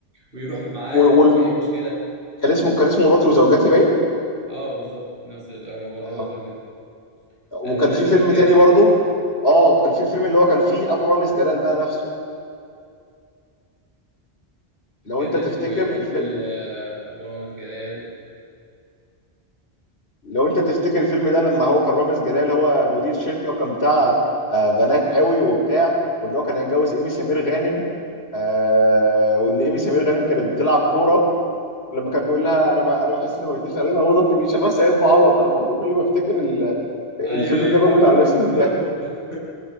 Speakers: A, on the right (about 60°); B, on the left (about 80°).
A: ويروح معاه
B: وال...
A: لو
B: وال...
A: في اي مشكله
B: كان اسمه كان اسمه مراتي وزوجاتي باين
A: اه بالظبط نفس ال... أيوه هو هو
B: اه
A: الفيلم ده
B: وكان
A: آه ده
B: في
A: الفيلم
B: فيلم
A: التاني
B: تاني برضو اه كان في الفيلم اللي هو كان فيه ابو رامز جلال بقى نفسه لو
A: كان
B: انت
A: ده
B: تفتكر
A: اسمه ايه
B: الف...
A: ال... آه، ابو رامز جلال
B: لو انت تفتكر الفيلم ده لما هو كان رامز جلال هو مدير شركه وكان بتاع آه بنات قوي وبتاع واللي هو كان هيتجوز ايمي سمير غانم آه وان ايمي سمير غانم كانت بتلعب كوره لما كان بيقول لها انا ب... انا بحس ان ما بتقيس علينا اوضتي بيشبه سيد معوض انا برضو كل ما افتكر ال... الفيلم
A: ايوه ايوه
B: ده بموت
A: افتكرته
B: على نفسي
A: افتكرته
B: من الضحك
A: <laughs>